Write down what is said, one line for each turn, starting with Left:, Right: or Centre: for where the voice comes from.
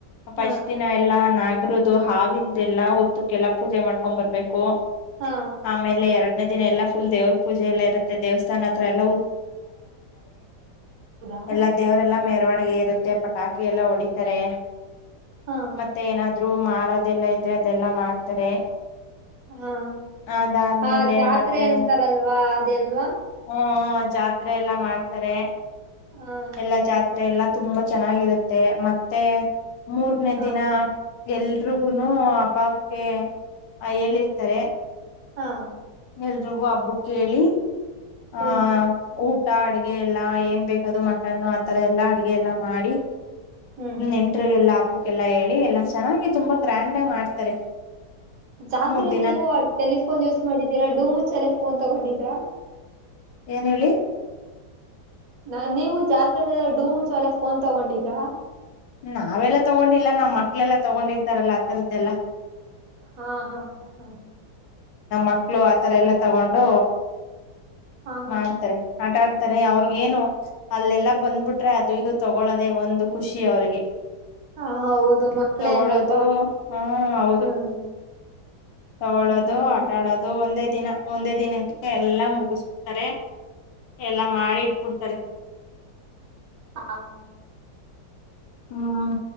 Left: ಫಸ್ಟ್
Right: ಹಾ
Left: ದಿನ ಎಲ್ಲಾ ನಾಗನಾಗ ರುತು ಹಾವಿಂದೆಲ್ಲಾ ಹುತ್ತಕ್ಕೆಲ್ಲಾ ಪೂಜೆ ಮಾಡ್ಕೊಂಡ್ ಬರರ್ಬೇಕು
Right: ಹಾ
Left: ಆಮೇಲೆ ಎರಡು ದಿನ ಎಲ್ಲ ಫುಲ್ ದೇವ್ರ ಪೂಜೆ ಎಲ್ಲ ಇರುತ್ತೆ ದೇವಸ್ಥಾನ ಹತ್ರ ಎಲ್ಲ
Right: ಹೌದಾ
Left: ಎಲ್ಲಾ ದೇವರೆಲ್ಲಾ ಮೆರವಣಿಗೆ ಇರುತ್ತೆ ಪಟಾಕಿ ಎಲ್ಲ ಹೊಡಿತಾರೆ
Right: ಹಾ
Left: ಮತ್ತೆ ಏನಾದ್ರು ಅದೆಲ್ಲಾ ಇದ್ರೆ ಅದೆಲ್ಲಾ ಮಾಡ್ತಾರೆ
Right: ಹಾ
Left: ಅದಾದ್ಮೇಲೆ
Right: ಹಾ ಜಾತ್ರೆ
Left: ಮತ್ತೆ
Right: ಅಂತಾರಲ್ವಾ ಅದೆ ಅಲ್ವಾ
Left: ಹ್ಮ ಜಾತ್ರೆ ಎಲ್ಲಾ ಮಾಡ್ತಾರೆ
Right: ಹಾ
Left: ಎಲ್ಲಾ ಜಾತ್ರೆ ಎಲ್ಲ ತುಂಬಾ ಚೆನ್ನಾಗಿರುತ್ತೆ ಮತ್ತೆ ಮೂರನೇ
Right: ಹಾ
Left: ದಿನ ಎಲ್ರಿಗೂನು ಓಕ್ಕೆ ಹೇಳಿರ್ತಾರೆ
Right: ಹಾ
Left: ಎಲ್ರಿಗೂ ಹಬ್ಬ ಹೇಳಿ ಹಾ
Right: ಹ್ಮ್
Left: ಊ ಅಡ್ಗೆ ಎಲ್ಲಾ ಏನ್ ಬೇಕದು ಮಟನ್ನು ಆತರ ಎಲ್ಲಾ ಅಡ್ಗೆ ಎಲ್ಲಾ ಮಾಡಿ
Right: ಹ್ಮ್
Left: ನೆಂಟ್ರಿಗೆಲ್ಲ ಹಾಕ್ಬೇಕು ಎಲ್ಲಾ ಹೇಳಿ ಎಲ್ಲಾ ಚೆನ್ನಾಗಿ ತುಂಬಾ ಗ್ರ್ಯಾಂಡ್ ಆಗಿ ಮಾಡ್ತಾರೆ
Right: ಜಾತ್ರೆ
Left: ಮೂರ್ ದಿನ
Right: ನೀವು ಟೆಲಿಫೋನ್ ಯೂಸ್ ಮಾಡಿದ್ದೀರಾ ಡೂಮು ಚಲೆ ಫೋನ್ ತಗೊಂಡಿದ್ದೀ ಹಲೋ
Left: ಏನು ಹೇಳಿ
Right: ನಾ ನೀವು ಜಾತ್ರೆಲ್ಲೆಲ್ಲ ಡೂ ಮುುಚುಲ್ಲೆ ಫೋನ್ ತಗೊಂಡಿದ್ರಾ
Left: ನಾವೆಲ್ಲಾ ತಗೊಂಡಿಲ್ಲ ನಮ್ಮ್ ಮಕ್ಳೆಲ್ಲಾ ತಗೊಂಡಿರ್ತಾರಲ್ಲಾ ಆಥರದ್ದೆಲ್ಲಾ
Right: ಹಾ ಹಾ ಹಾ ಹಾ
Left: ನಮ್ಮ ಮಕ್ಳು ಆತರ ಎಲ್ಲಾ ತಗೊಂಡು
Right: ಹಾ ಹಾ
Left: ಮಾಡ್ತಾರೆ ಆಟ ಆಡ್ ತರೇ ಅವ್ರಗೇನು ಅಲ್ಲೆಲ್ಲಾ ಬಂದ್ಬಿಟ್ರೆ ಅದು ಇದು ತಗೊಳ್ಳದೆೇ ಒಂದು ಖುಷಿ ತಿ ಅವರಿಗೆ
Right: ಹಾ, ಹೌದು ಮಕ್ಳೇ
Left: ತಗೊಳ್ಳೋದು
Right: ಹಂಗಲ್ವಾ
Left: ಹ್ಮ ಹೌದು
Right: ಹ್ಮ್
Left: ತಗೊಳ್ಳೋದು
Right: ಹ್ಮ್
Left: ಆಟಾಡೋದು ಒಂದೇ ದಿನ ಒಂದೇ ದಿನಕ್ಕೆ ಎಲ್ಲಾ ಮುಗಿಸು ಬಿಡ್ತಾರೆ ಎಲ್ಲಾ ಮಾಡಿ ಕೊಡ್ತಾರೆ
Right: ಹಾ
Left: ಹ್ಮ್